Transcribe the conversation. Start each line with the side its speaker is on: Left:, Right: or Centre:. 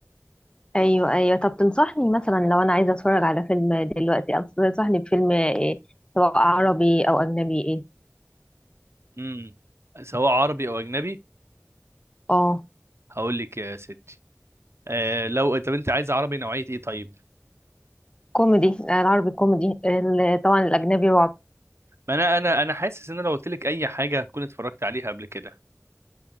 Left: ايوه ايوه طب تنصحني مثلا لو انا عايزه اتفرج على فيلم دلوقتي أو تنصحني بفيلم ايه سواء عربي او اجنبي ايه
Right: امم سواء عربي او اجنبي
Left: اه
Right: هقول لك يا ستي آه لو طب انت عايز عربي نوعيه ايه طيب
Left: كوميدي العربي كوميدي ال- طبعا الاجنبي رعب
Right: ما انا انا انا حاسس ان أنا لو قلت لك اي حاجه هتكون اتفرجت عليها قبل كده